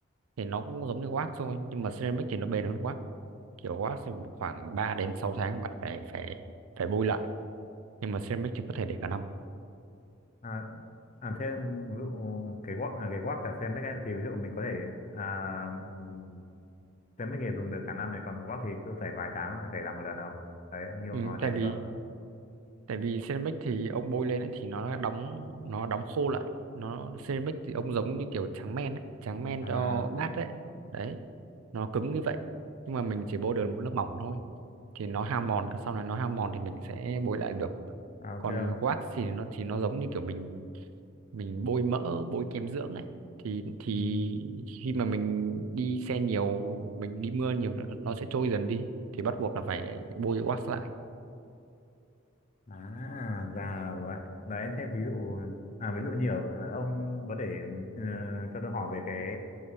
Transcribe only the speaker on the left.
à, à thế ví dụ cái guốc à, cái guốc cả ceramic ấy, thì ví dụ mình có thể à, ừm, ceramic thì dùng được cả năm này còn guốc thì cứ phải vài tháng lại phải làm một lần đâu đấy như
ông nói
thế đúng
không
à,
à ok
không
Ừm,
à ra vậy đấy thế ví dụ à ví dụ như ở, ông có thể ờ, cho tôi hỏi về cái